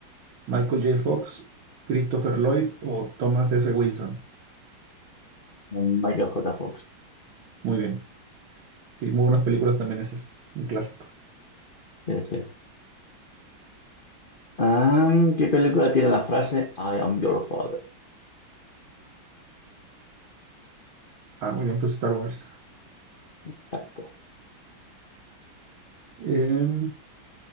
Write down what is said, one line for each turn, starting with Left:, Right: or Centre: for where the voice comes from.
Right: ¿Michael J. Fox, Christopher Lloyd o Thomas F. Wilson?
Left: Michael J. Fox.
Right: Muy bien. Sí, muy buenas películas también esas. Un clásico.
Left: Sí, sí. Am, ¿qué película tiene la frase I am your father?
Right: Ah, muy bien, pues Star Wars.
Left: Exacto.
Right: Em,